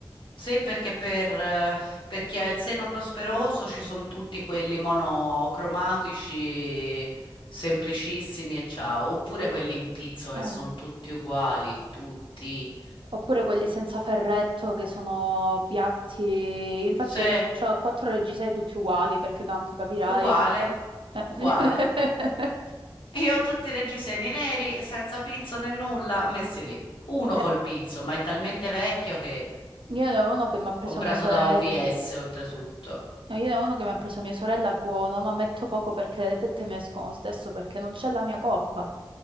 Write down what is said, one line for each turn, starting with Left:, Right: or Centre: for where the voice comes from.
Left: Sì, perché per, eh, per chi ha il seno prosperoso ci sono tutti quelli monocromatici, semplicissimi e ciao, oppure quelli in pizzo che
Right: Eh,
Left: sono tutti uguali, tutti.
Right: Oppure quelli senza ferretto che sono piatti. Infatti,
Left: Sì,
Right: ho quattro reggiseni tutti uguali perché tanto capirai.
Left: uguale,
Right: Eh, <laughs>
Left: uguale. Io ho tutti i reggiseni neri, senza pizzo né nulla, messi lì. Uno
Right: Eh,
Left: col pizzo, ma è talmente vecchio che
Right: Io ne ho uno che mi ha preso
Left: comprato
Right: mia sorella.
Left: da OVS oltretutto.
Right: No, Io ne ho uno che mi ha preso mia sorella buono, ma metto poco perché le tette mi escono lo stesso perché non c'è la mia coppa.